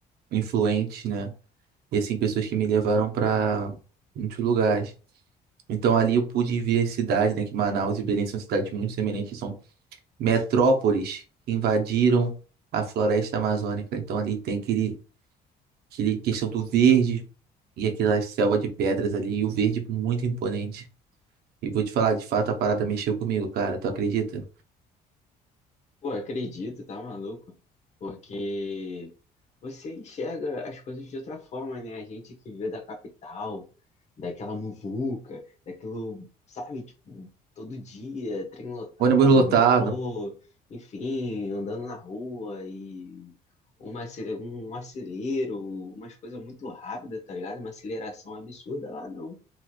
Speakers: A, on the right (about 70°); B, on the left (about 40°).
A: influentes, né? E assim, pessoas que me levaram para muitos lugares. Então ali eu pude ver as cidades, né? Que Manaus e Belém são cidades muito semelhantes, são metrópoles que invadiram a floresta amazônica. Então ali tem aquele, aquele questão do verde e aquela selva de pedras ali, e o verde muito imponente. E vou te falar, de fato, a parada mexeu comigo, cara. Tu acredita?
B: Pô, acredito, tá maluco? Porque você enxerga as coisas de outra forma, né? A gente que vê da capital, daquela muvuca, daquilo, sabe, tipo, todo dia, trem lotado,
A: Ônibus lotado,
B: metrô, enfim, andando na rua e uma, ace- um acelero, umas coisas muito rápidas, tá ligado? Uma aceleração absurda lá, não.